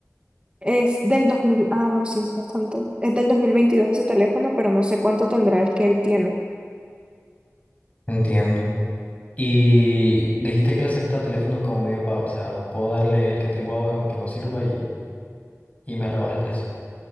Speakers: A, on the right; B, on the left.
A: Es del 2000, ah, no, sí, es bastante. Es del 2022 ese teléfono, pero no sé cuánto tendrá el que él tiene.
B: Entiendo. Y dijiste que le acepta teléfonos como medio pago, o sea, puedo darle el que tengo ahora aunque no sirva y, y me rebaja el precio.